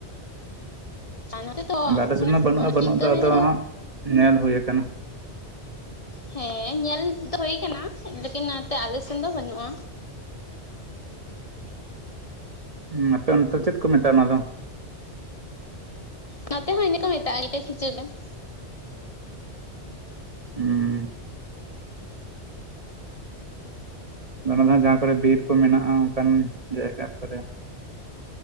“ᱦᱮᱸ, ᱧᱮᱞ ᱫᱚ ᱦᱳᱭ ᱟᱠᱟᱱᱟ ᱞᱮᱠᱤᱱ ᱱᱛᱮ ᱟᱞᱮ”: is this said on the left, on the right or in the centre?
Left